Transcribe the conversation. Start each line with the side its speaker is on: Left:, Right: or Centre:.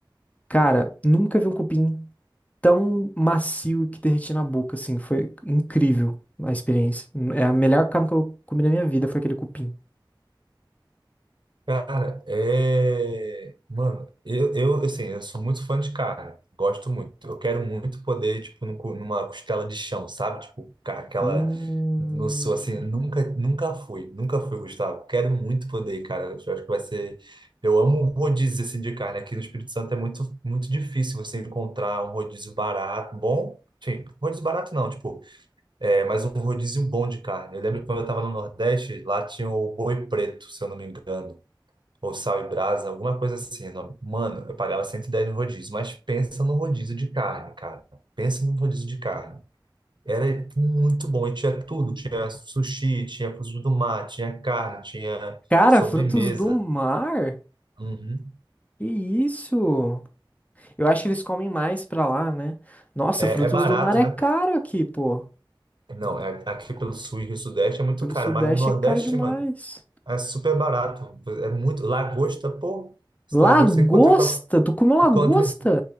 Left: Cara, nunca vi um cupim tão macio que derreti na boca, assim. Foi incrível a experiência. É a melhor carne que eu comi na minha vida, foi aquele cupim.
Right: Cara, é. Mano, eu, eu, assim, eu sou muito fã de carne. Gosto muito. Eu quero muito poder, tipo, num cu- numa costela de chão, sabe? Tipo, ca- aquela.
Left: Hum.
Right: Não sou assim, nunca, nunca fui, nunca fui, Gustavo. Quero muito poder, cara. Eu acho que vai ser. Eu amo rodízio, assim, de carne. Aqui no Espírito Santo é muito, muito difícil você encontrar um rodízio barato, bom. Sim, rodízio barato não, tipo, é, mas um rodízio bom de carne. Eu lembro que quando eu tava no Nordeste, lá tinha o boi preto, se eu não me engano ou sal e brasa, alguma coisa assim. o nome. Mano, eu pagava 110 no rodízio, mas pensa no rodízio de carne, cara. Pensa no rodízio de carne. Era muito bom e tinha tudo, tinha sushi, tinha frutos do mar, tinha carne, tinha
Left: Cara,
Right: sobremesa.
Left: frutos do mar?
Right: Uhum.
Left: Que isso? Eu acho que eles comem mais pra lá, né? Nossa,
Right: É,
Left: frutos
Right: é barato,
Left: do mar é
Right: né?
Left: caro aqui, pô.
Right: Não, é, aqui pelo sul e Rio Sudeste é muito
Left: E pelo
Right: caro,
Left: Sudeste
Right: mas no Nordeste,
Left: é caro demais.
Right: mano, é super barato. É muito. Lagosta, pô, esse lagosta
Left: Lagosta?
Right: você encontra, em qual-
Left: Tu comeu lagosta?
Right: encontra,